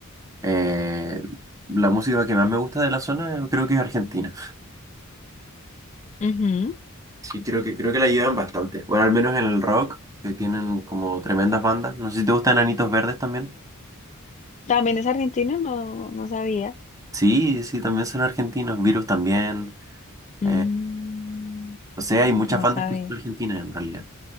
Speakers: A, on the right (about 15°); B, on the left (about 30°).
A: eh, la música que más me gusta de la zona, eh, creo que es argentina.
B: ujú.
A: Sí, creo que, creo que la llevan bastante. Bueno, al menos en el rock, que tienen como tremendas bandas. No sé si te gustan Anitos Verdes también.
B: ¿También es argentino? No, no sabía.
A: Sí, sí, también son argentinos. Virus también.
B: Mm,
A: Eh, no sé, hay muchas
B: no
A: bandas
B: sabía.
A: que son argentinas en realidad.